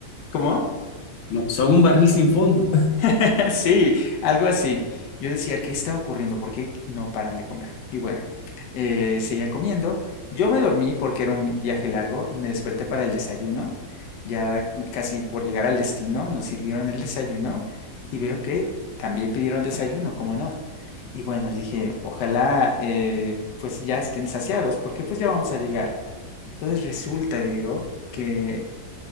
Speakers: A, on the left; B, on the left.
A: ¿Cómo?
B: No, son un barril sin fondo.
A: <laughs> Sí, algo así. Yo decía, ¿qué está ocurriendo? ¿Por qué no paran de comer? Y bueno, eh, seguían comiendo. Yo me dormí porque era un viaje largo y me desperté para el desayuno. Ya casi por llegar al destino nos sirvieron el desayuno y veo que también pidieron desayuno, ¿cómo no? Y bueno, dije, ojalá eh, pues ya estén saciados porque pues ya vamos a llegar. Entonces resulta, Diego, que